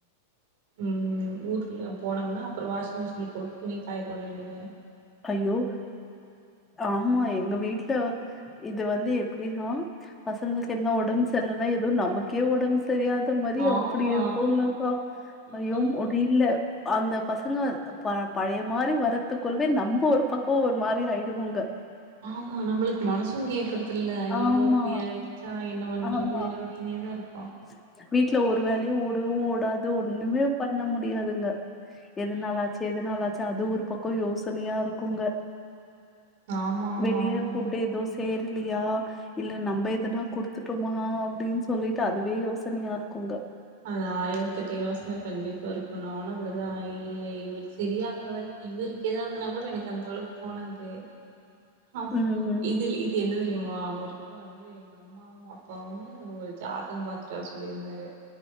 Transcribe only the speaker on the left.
ஐயோ ஆமா எங்க வீட்ல இது வந்து எப்டின்னா பசங்களுக்கு என்ன ஒடம் செர்லனா எதோ நமக்கே ஒடம்பு தெரியாத மாரி
அப்படி இருக்குங்கக்கா
ஐயோ முடில அந்த பசங்க ப பழைய மாரி வரத்துக்குள் ள நம்ப ஒரு பக்க ஒரு மாரி ஆய்டுவோங்க
ஆமா
ஆமா
<unintelligible> வீட்ல ஒரு வேலையு ஓடவு ஓடாது ஒண்ணுமே பண்ண முடியாதுங்க எதுனாலாச்சு
எதுனாலாச்சு அது ஒரு பக்கோ யோசனையா ருக்குங்க
வெலிய
ஃபுட் ஏதோ சே இல்லையா இல்ல நம்ப எதனா குடுத்துட்டோமா அப்டின்னு சொல்லிட் அதுவே யோசனையா இருக்குங்க
ம்